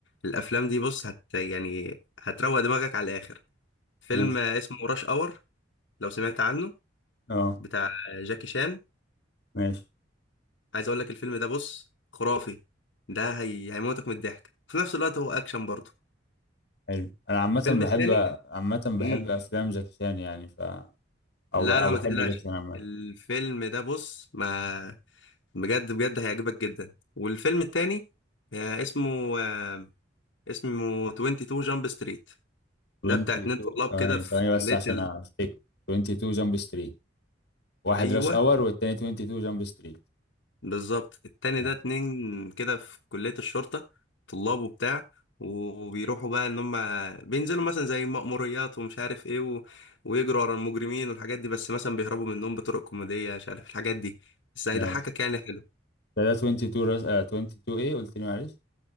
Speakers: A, on the left; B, on the left.
A: الافلام دي بص هت يعني هتروق دماغك على الاخر فيلم
B: ماشي
A: آه، اسمه راش اور لو سمعت عنه
B: اه
A: بتاع جاكي شان
B: ماشي
A: عايز اقول لك الفيلم ده بص خرافي ده هي... هيموتك من الضحك في نفس الوقت هو اكشن برضه
B: حلو انا عامه
A: الفيلم
B: بحب
A: التاني
B: عامه بحب
A: امم
B: افلام جاكي شان يعني ف او
A: لا
B: او
A: لا ما
B: بحب
A: تقلقش
B: جاكي شان عامه
A: الفيلم ده بص ما بجد بجد هيعجبك جدا والفيلم التاني آه، اسمه آه، اسمه 22 جامب ستريت
B: 22
A: ده بتاع اتنين طلاب
B: ثواني
A: كده في
B: ثواني
A: كلية
B: بس عشان
A: ال...
B: افتكر 22 جامب ستريت واحد
A: ايوه
B: راش اور والتاني 22 جامب ستريت
A: بالظبط التاني
B: ماشي
A: ده اتنين كده في كلية الشرطة طلاب وبتاع وبيروحوا بقى ان هم بينزلوا مثلا زي مأموريات ومش عارف ايه و... ويجروا ورا المجرمين والحاجات دي بس مثلا بيهربوا منهم بطرق كوميدية مش عارف الحاجات دي بس هيضحكك
B: ماشي
A: يعني حلو
B: ده ده 22 راش آه 22 ايه قلت لي معلش